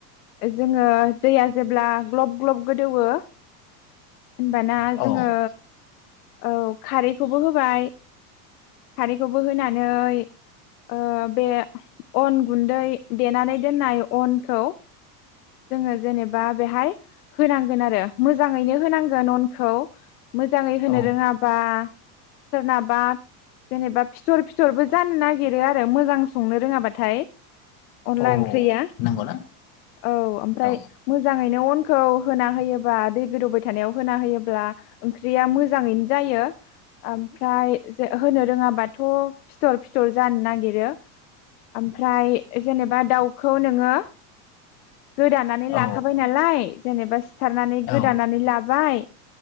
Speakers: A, on the left (about 70°); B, on the left (about 45°).
A: जोङो दैया जेब्ला ग्लब ग्लब गोदौवो होनबाना
B: औ
A: जोङो औ खारैखौबो होबाय खारैखौबो होनानै ओ बे अन गुन्दै देनानै दोननाय अनखौ जोङो जेनेबा बेहाय होनांगोन आरो मोजाङैनो होनांगोन अन खौ मोजाङै होनो
B: औ
A: रोङाबा सोरनाबा जेनेबा फिथर फिथरबो जानो नागिरो आरो मोजां संनो रोङा बाट थाय अनला
B: औ
A: ओंख्रिआ
B: नंगौना
A: औ ओमफ्राय
B: औ
A: मोजाङैनो अनखौ होना होयो बा दै गोदौबाय थानायाव होना होयोब्ला ओंख्रिया मोजाङैनो जायो आमफ्राय <unintelligible> होनो रोङाबाथ फिथर फिथर जानो नागिरो। ओमफ्राय जेनेबा दाउखौ नोङो गोदानानै लाखाबाय
B: औ
A: नालाय जेनेबा सारनानै
B: औ
A: गोदानानै लाबाय